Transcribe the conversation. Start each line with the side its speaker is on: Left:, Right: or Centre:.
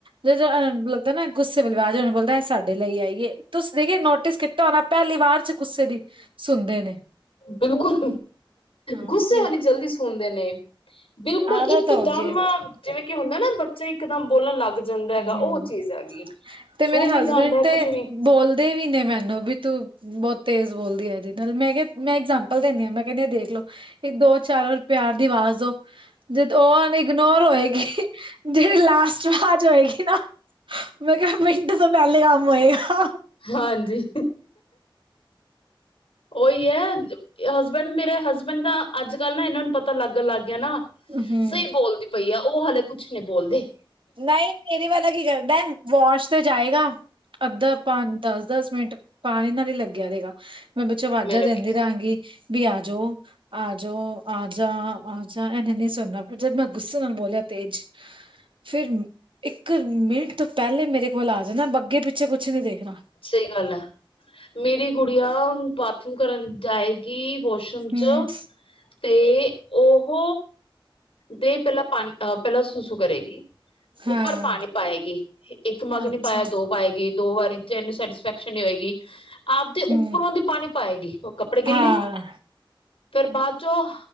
Right: ਜਦੋਂ ਲੱਗਦਾ ਨਾ ਗੁੱਸੇ ਬਵਾਜ਼ ਉਹਨੂੰ ਬੋਲਦਾ ਸਾਡੇ ਲਈ ਆਈਏ। ਤੁਸੀ ਦੇਖ ਨੋਟਿਸ ਕੀਤਾ ਹੋਣਾ ਪਹਿਲੀ ਵਾਰ ਚ ਗੁੱਸੇ ਦੀ ਸੁਣਦੇ ਨੇ।
Left: ਬਿਲਕੁਲ
Right: ਹਾਂ
Left: ਗੁੱਸੇ ਵਾਲੀ ਜਲਦੀ ਸੁਣਦੇ ਨੇ। ਬਿਲਕੁਲ
Right: ਆਦਤ
Left: ਇੱਕ
Right: ਹੋ
Left: ਦਮ
Right: ਗਈ
Left: ਜਿਵੇਂ ਕਿ ਹੁੰਦਾ ਨਾ ਬੱਚੇ ਇੱਕ ਦਮ ਬੋਲਣ ਲੱਗ। ਜਾਂਦਾ ਹੈਗਾ
Right: ਹੂੰ
Left: ਉਹ ਚੀਜ਼ ਹੈਗੀ
Right: ਤੇ ਮੇਰੇ
Left: ਸੁਣ
Right: ਹਸਬੈਂਡ
Left: ਵੀ ਜਾਂਦਾ ਹੈ
Right: ਤੇ
Left: ਕੁਛ ਵੀ
Right: ਬੋਲਦੇ ਵੀ ਨੇ ਮੈਨੂੰ ਵੀ ਤੂੰ। ਬਹੁਤ ਤੇਜ਼ ਬੋਲਦੀ ਏ ਜਿੰਦਲ ਮੈਂ ਕਿਹਾ ਮੈਂ ਇਗਜਾਮਪਲ ਦਿੰਦੀ ਹਾਂ ਮੈਂ ਕਹਿੰਦੀ ਹਾਂ ਦੇਖ ਲੋੋ। ਇਹ ਦੋ ਚਾਰ ਵਾਰ ਪਿਆਰ ਦੀ ਆਵਾਜ਼ ਦਿਓ। ਜਦ ਉਹ ਇਗਨੋਰ ਹੋਏਗੀ ਜਿਹੜੀ ਲਾਸਟ ਵਾਜ ਹੋਏਗੀ ਨਾ। ਮੈਂ ਕਿਹਾ ਮਿੰਟ ਤੋਂ ਪਹਿਲੇ ਕੰਮ ਹੋਏਗਾ।
Left: ਹਾਂਜੀ। ਉਹੀ ਹੈ ਹਸਬੈਂਡ ਮੇਰੇ ਹਸਬੈਂਡ ਦਾ ਅੱਜ ਕੱਲ ਨਾ ਇਹਨਾਂ ਨੂੰ ਪਤਾ ਲੱਗਣ ਲੱਗ ਗਿਆ ਨਾ
Right: ਹੂੰ
Left: ਸਹੀ ਬੋਲਦੀ ਪਈ ਆ, ਉਹ ਹਾਲੇ ਕੁਛ ਨਹੀਂ ਬੋਲਦੇ
Right: ਨਹੀਂ ਮੇਰੇ ਵਾਲਾ ਕੀ ਕਰਦਾ ਪਹੁੰਚ ਤੇ ਜਾਏਗਾ, ਅੱਧਾ ਆਪਾਂ ਦਸ ਦਸ ਮਿੰਟ ਪਾਣੀ ਨਾਲ ਹੀ ਲੱਗਿਆ ਰਹੇਗਾ, ਮੈਂ ਪਿਛੋਂ ਵਾਜ਼ਾਂ
Left: ਮੇਰੇ
Right: ਦਿੰਦੀ
Left: ਵੀ
Right: ਰਹਾਂਗੀ ਵੀ ਆ ਜਾਓ ਆ ਜਾਓ, ਆ ਜਾ -ਆ ਜਾ ਇਹਨੇ ਨਹੀਂ ਸੁਣਨਾ, ਪਰ ਜਦ ਮੈਂ ਗੁੱਸੇ ਨਾਲ ਬੋਲਿਆ ਤੇਜ ਫੇਰ ਇੱਕ ਮਿੰਟ ਤੋਂ ਪਹਿਲੇ ਮੇਰੇ ਕੋਲ ਆ ਜਾਂਦਾ, ਅੱਗੇ ਪਿੱਛੇ ਕੁਛ ਨਹੀਂ ਦੇਖਣਾ
Left: ਸਹੀ ਗੱਲ ਹੈ, ਮੇਰੀ ਗੁੜੀਆ ਬਾਥਰੂਮ ਕਰਨ ਜਾਏਗੀ ਵੋਸ਼ ਰੂਮ
Right: ਹੂੰ
Left: ਚ ਤੇ ਉਹ ਤੇ ਪਹਿਲਾਂ ਪਾਣੀ, ਅਹ ਪਹਿਲਾਂ ਸੁਸੂ ਕਰੇਗੀ
Right: ਹਾਂ
Left: ਉੱਪਰ ਪਾਣੀ ਪਾਏਗੀ, ਇੱਕ ਮਗਨੀ
Right: ਅੱਛਾ
Left: ਪਾਇਆ ਦੋ ਪਾਏਗੀ ਦੋ ਵਾਰੀ ਤੇ ਇਹਨੂੰ ਸੈਟਿਸਫੈਕਸ਼ਨ ਨਹੀਂ ਹੋਏਗੀ ਆਪਦੇ
Right: ਹੂੰ
Left: ਉੱਪਰੋਂ ਦੀ ਪਾਣੀ ਪਾਏਗੀ ਉਹ ਕੱਪੜੇ
Right: ਹਾਂ
Left: ਗਿੱਲੇ ਫੇਰ ਬਾਦ ਚੋਂ